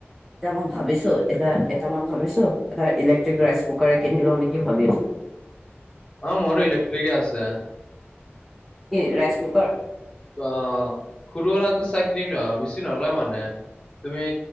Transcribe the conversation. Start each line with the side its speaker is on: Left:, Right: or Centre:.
Centre: এতিয়া মই ভাবিছো এটা এটা মই ভাবিছো এটা ইলেক্ট্ৰিক ৰাইচ কুকাৰ কিনি লওঁ নেকি ভাবি আছো। <inaudible>
Left: অ' মোৰো ইলেক্ট্ৰিকে আছে।
Centre: কি ৰাইচ কুকাৰ
Left: অ' সৰু সুৰা এটা চাই কিনিলোআৰু, বেছি নলয় মানে তুমি